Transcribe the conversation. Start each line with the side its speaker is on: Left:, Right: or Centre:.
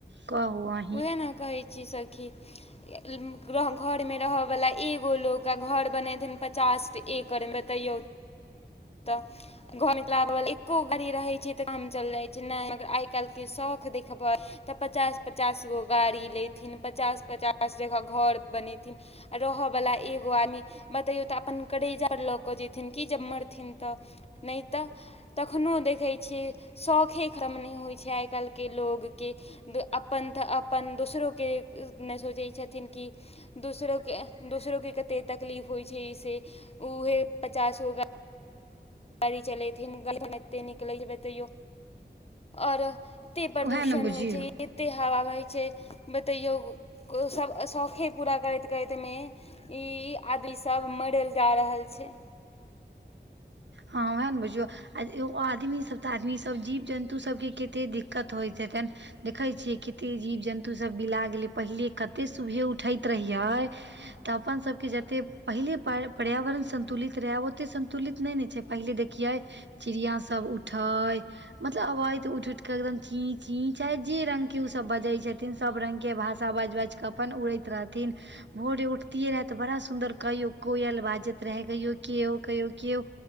Right: कहू अ
Left: उएह ने कहै छी सखी।
Right: <inaudible>
Left: घर में रहऽ वाला एगो लोक आ घर बनेथिन पचास एकड़ में बतैयौ। तऽ। घर मेत लऽ आबय वला एको गाड़ी रहे छै, तऽ काम चल जाय छै, ने मगर आइ काल्हि के शौख देखबै तऽ पचास-पचास गो गाड़ी लेथिन, पचास- पचास जगह घर बनेथिन। रहय बाला एगो आदमी बतैयो तऽ, अपन करैजा लऽ केऽ जेथिन कि जब मर थिन तऽ नै तऽ तखनो देखै छियै शौखे खत्म नै होय छै आय काएल के लोग के। द अपन तऽ अपन दोसरो के ए नै सोचै छथिन कि दोसरोे के एंह दोसरोे के कते तकलीफ होय छै इसे उहे पचासगो गा गाड़ी चलेथिन गाड़ी एते नीक लगै छै बतैयो और एते प्रदूषण
Right: उएह ने बुझियौ
Left: होय छै। एते हवा बहै छै बतैयौ उ सब अ शौखे पूरा करैत-करैत मे ई आदि सब मरल जा रहल छै।
Right: हां वाएह ने बुझियौ अ ए ओ आदमी सब तऽ आदमी सब जीव-जन्तु सबके कते दिक्कत होएत हेतैन। देखै छियै किते जीव-जन्तु सब बिला गेलै पहिले कते सुबेह उठैत रहियै। तऽ अपन सबके जते पहिले पर पर्यावरण संतुलित रहे आ ओते सन्तुलित नै ने छै, पहिले देखियै चिड़ियाँ सब उठै मतलब अबैत उठ-उठ के एकदम चीं-चीं चाहे जे रंग के उ सब बजै छथिन। सब रंग के भाषा बाएज-बाएज कऽ अपन उड़ैत रहथिन। भोरे उठतियै रहै तऽ बड़ा सुन्दर कहियो कोयल बाजत रहै, कहियो केओ, कहियो केओ।